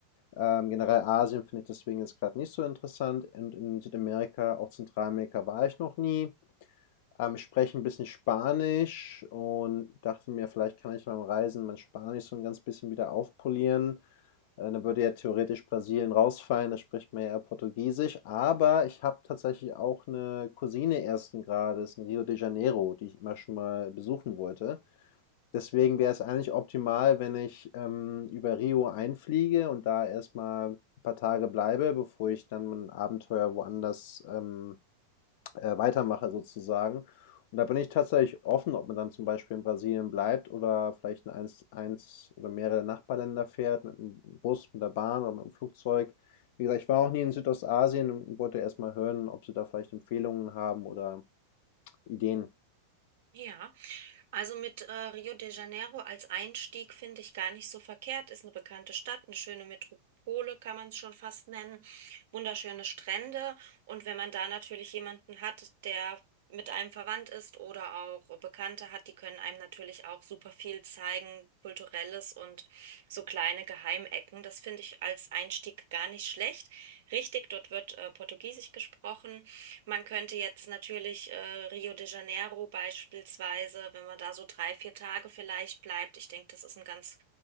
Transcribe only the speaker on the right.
Ja, also mit äh, Rio de Janeiro als Einstieg finde ich gar nicht so verkehrt. Ist eine bekannte Stadt, eine schöne Metropole, kann man es schon fast nennen. Wunderschöne Strände. Und wenn man da natürlich jemanden hat, der mit einem verwandt ist oder auch Bekannte hat, die können einem natürlich auch super viel zeigen, kulturelles und so kleine Geheimecken. Das finde ich als Einstieg gar nicht schlecht. Richtig, dort wird äh, Portugiesisch gesprochen. Man könnte jetzt natürlich äh, Rio de Janeiro beispielsweise, wenn man da so drei, vier Tage vielleicht bleibt, ich denke, das ist ein ganz,